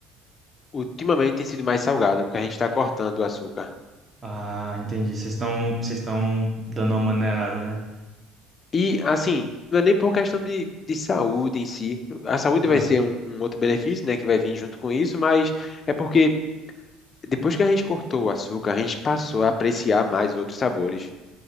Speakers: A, on the left; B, on the right.
A: Ultimamente tem sido mais salgada, porque a gente está cortando o açúcar.
B: Ah, entendi. Vocês estão, vocês estão dando uma maneirada, né?
A: E, assim, não é nem por questão de, de saúde em si. A saúde
B: Ah,
A: vai ser um, um outro benefício, né, que vai vir junto com isso, mas é porque depois que a gente cortou o açúcar, a gente passou a apreciar mais outros sabores.